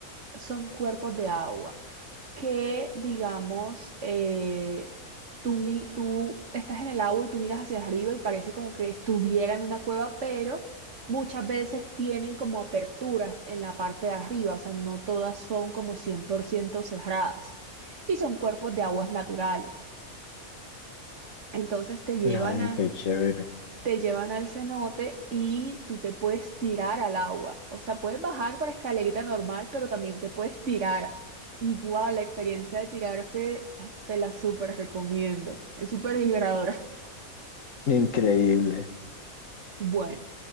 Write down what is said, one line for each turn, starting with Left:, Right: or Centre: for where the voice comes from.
Right: son cuerpos de agua que, digamos, eh, tú, mi- tú estás en el agua y tú miras hacia arriba y parece como que estuviera en una cueva, pero muchas veces tienen como aperturas en la parte de arriba, o sea, no todas son como 100% cerradas. Y son cuerpos de aguas naturales. Entonces te llevan
Left: Ay,
Right: a
Left: qué chévere.
Right: te llevan al cenote y tú te puedes tirar al agua. O sea, puedes bajar para escalerita normal, pero también te puedes tirar. Igual, la experiencia de tirarse eh, te la súper recomiendo. Es súper liberadora. <laughs>
Left: Increíble.
Right: Bueno,